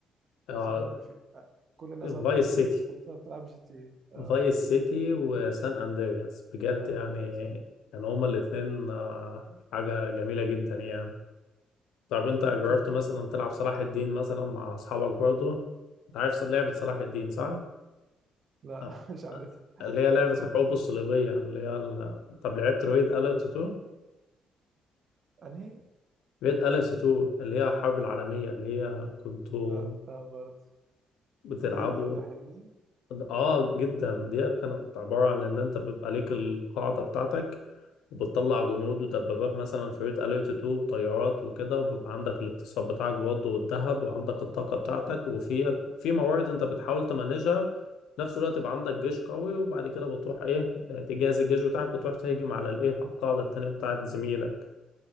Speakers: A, on the left; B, on the right.
A: اه
B: اظن في آه، كل الناس قضت
A: فايس
B: تلت
A: سيتي
B: طفولتها بتلعب جي تي ايه اه
A: فايس سيتي وسان اندرياس بجد
B: سان
A: يعني
B: اندرياس آه.
A: كانوا هما الاتنين آه، حاجة جميلة جدا يعني طب انت جربت
B: شفت انت؟
A: مثلا تلعب صلاح الدين مثلا مع اصحابك برضو انت عارف لعبة صلاح الدين
B: لا
A: صح؟
B: لا
A: آه،
B: <laughs> مش عارف
A: اللي هي لعبة
B: دي
A: الحروب
B: دي
A: الصليبية اللي هي ال... طب لعبت ريد أليرت 2؟
B: انهي
A: ريد أليرت 2 اللي هي الحرب العالمية اللي هي كنتوا
B: لا لا برضه
A: بتلعبوا
B: دي دول ده حلوين
A: اه جدا دي كانت عبارة عن ان انت بيبقى ليك القاعدة بتاعتك وبتطلع جنود ودبابات مثلا في ريد اليرت 2 وطيارات وكده وبيبقى عندك الاقتصاد بتاعك برضه والذهب وعندك الطاقة بتاعتك وفي في موارد انت بتحاول تمانجها في نفس الوقت يبقى عندك جيش قوي وبعد كده بتروح ايه آه، تجهز الجيش بتاعك وتروح تهجم على الايه على القاعدة التانية بتاعت زميلك